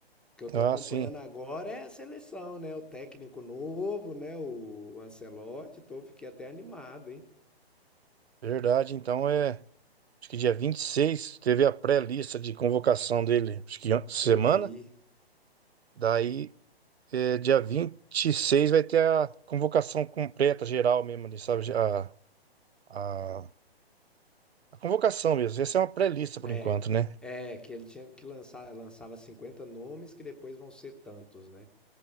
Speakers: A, in the centre; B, on the right.
A: O que eu tô
B: Ah,
A: acompanhando
B: sim,
A: agora é a seleção, né? O técnico novo, né? O Ancelotti, tô fiquei até animado, hein?
B: verdade. Então é. Acho que dia 26 teve a pré-lista de convocação dele, acho que an- semana.
A: Eu vi,
B: Daí, é, dia vinte e seis vai ter a convocação completa, geral mesmo, ali, sabe? A, a, a convocação mesmo. Essa é uma pré-lista
A: né?
B: por enquanto, né?
A: É, que ele tinha que lançar, lançava 50 nomes que depois vão ser tantos, né?